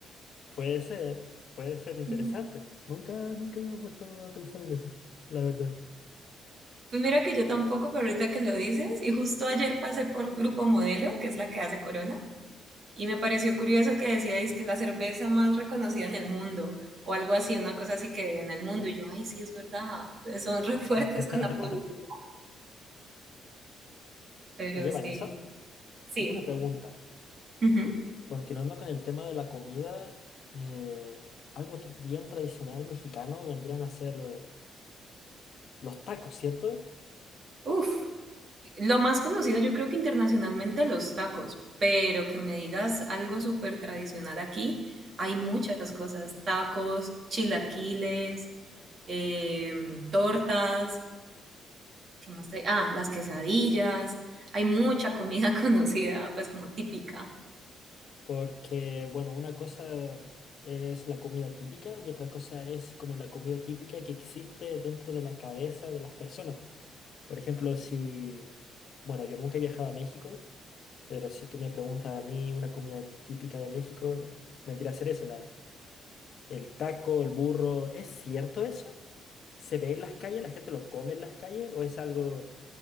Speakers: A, on the left (about 60°); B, on the right (about 50°).
A: Puede ser, puede ser
B: <laughs>
A: interesante.
B: Ujú.
A: Nunca, nunca me he puesto a pensar en eso, la verdad.
B: Pues mira que yo tampoco, pero ahorita que lo dices, y justo ayer pasé por Grupo Modelo, que es la que hace corona, Y me pareció curioso que decíais que la cerveza más reconocida en el mundo, o algo así, una cosa así que en el mundo. Y yo, ay, sí, es verdad, son re fuertes
A: <laughs>
B: con la publicidad. Pero
A: Oye, Vanessa,
B: sí, sí.
A: tengo una pregunta.
B: Ujú.
A: Continuando con el tema de la comida, eh, algo tra- bien tradicional mexicano vendrían a ser los tacos, ¿cierto?
B: Uf, lo más conocido yo creo que internacionalmente los tacos, pero que me digas algo súper tradicional aquí, hay muchas cosas, tacos, chilaquiles, em, tortas, ¿Qué más trae? Ah, las quesadillas. Hay mucha comida <laughs> conocida, pues como típica.
A: Porque, bueno, una cosa es la comida típica y otra cosa es como la comida típica que existe dentro de la cabeza de las personas. Por ejemplo, si, bueno, yo nunca he viajado a México, pero si tú me preguntas a mí una comida típica de México, vendría a ser eso, El taco, el burro, ¿es cierto eso? ¿Se ve en las calles? ¿La gente lo come en las calles? ¿O es algo